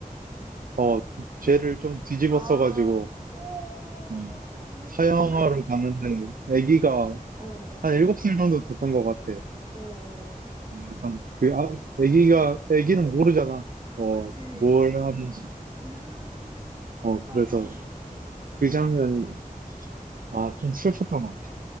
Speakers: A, on the right; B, on the right.
A: 어, 죄를 좀 뒤집어
B: 아,
A: 써가지고,
B: 어,
A: 어,
B: 너무
A: 사형하러
B: 슬픈데?
A: 가는데, 아기가
B: 어.
A: 한
B: 어.
A: 일곱 살 정도 됐던 것 같아. 어,
B: 어, 어.
A: 약간, 그, 아, 아기가, 아기는
B: 응.
A: 모르잖아. 어,
B: 그치.
A: 뭘 하는지.
B: 음,
A: 어,
B: 맞아.
A: 그래서 그 장면이, 아, 좀 슬펐던 것 같아.